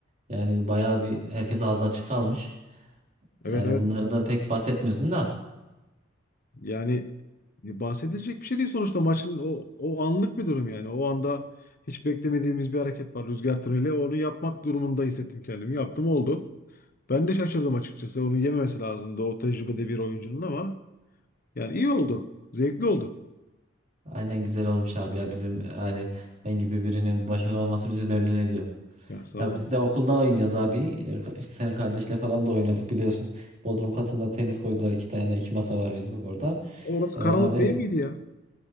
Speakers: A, on the right (about 40°); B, on the left (about 50°).
A: Yani bayağı bir herkes ağzı açık kalmış. Yani
B: evet evet
A: bunları da pek bahsetmiyorsun da.
B: Yani e, bahsedilecek bir şey değil sonuçta maçın o, o anlık bir durum yani. O anda hiç beklemediğimiz bir hareket var rüzgar tüneli. Onu yapmak durumunda hissettim kendimi. Yaptım oldu. Ben de şaşırdım açıkçası. Onu yememesi lazımdı o tecrübede bir oyuncunun ama yani iyi oldu. Zevkli oldu.
A: Aynen güzel olmuş abi ya bizim yani sen gibi birinin başarılı olması bizi memnun ediyor.
B: Ya sağ
A: Ya
B: olun.
A: biz de okulda oynuyoruz abi. E, İşte senin kardeşle falan da oynuyorduk biliyorsun. Bodrum katında tenis koydular iki tane iki masa var bizim orada.
B: Orası
A: E,
B: karanlık
A: hani
B: değil miydi ya?